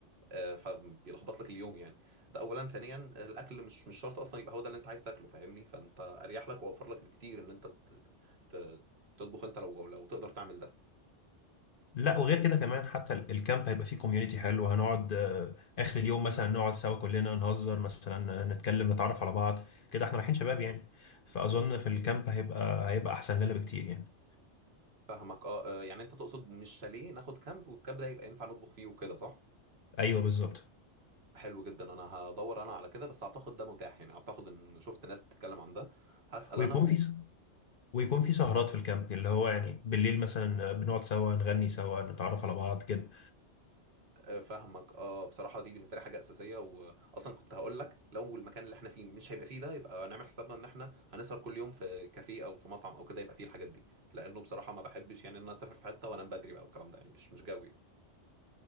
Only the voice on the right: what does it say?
آه، فبيلخبط لك اليوم يعني ده اولا ثانيا الاكل مش مش شرط اصلا يبقى هو ده اللي انت عايز تاكله فاهمني فانت اريح لك واوفر لك بكتير ان انت ت- ت- تطبخ انت لو لو تقدر تعمل ده
فاهمك اه آه، يعني انت تقصد مش شاليه ناخد كامب والكامب ده يبقى ينفع نطبخ فيه وكده صح
حلو جدا انا هدور انا على كده بس اعتقد ده متاح يعني اعتقد ان شفت ناس بتتكلم عن ده هسأل
انا
آه، فاهمك اه بصراحه دي بالنسبه لي حاجه اساسيه واصلا كنت هقول لك لو المكان اللي احنا فيه مش هيبقى فيه ده يبقى نعمل حسابنا ان احنا هنسهر كل يوم في كافيه او في مطعم او كده يبقى فيه الحاجات دي لانه بصراحه ما بحبش يعني ان انا اسافر في حته وانام بدري بقى والكلام ده يعني مش مش جوي